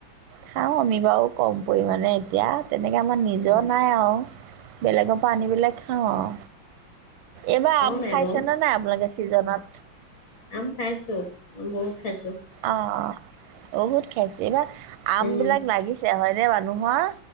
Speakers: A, on the right; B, on the left.
A: খাওঁ আমি বাৰু কম প পৰিমাণে এতিয়া। তেনেকে আমাৰ নিজৰ
B: উম,
A: নাই আও। বেলেগৰ পৰা আনি পেলাই খাওঁ আও। এইবাৰ
B: খোৱাও
A: আম
B: নাই
A: খাইছে
B: বাৰু।
A: নে নাই আপোনালোকে? সিজা ভাট।
B: আম খাইছো বহুত খাইছো।
A: অ', বহুত খাইছো এইবাৰ আম
B: উম,
A: বিলাক লাগিছে হয় <unintelligible> মানুহৰ